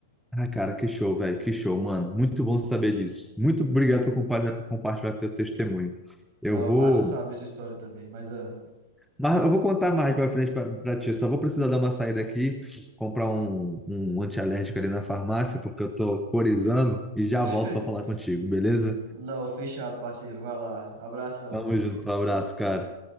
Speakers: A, in the centre; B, on the right.
A: Ah, cara, que show, velho, que show, mano. Muito bom saber disso. Muito obrigado por compartilhar, compartilhar teu testemunho.
B: Não,
A: Eu vou,
B: massa saber essa história também, mas ah,
A: mas eu vou contar mais pra frente pra pra ti. Eu só vou precisar dar uma saída aqui, comprar um, um antialérgico ali na farmácia, porque eu tô corizando e já
B: <laughs>
A: volto pra falar contigo, beleza?
B: não, fechado, parceiro. Vai lá. Abração,
A: Tamo
B: viu?
A: junto, um abraço, cara.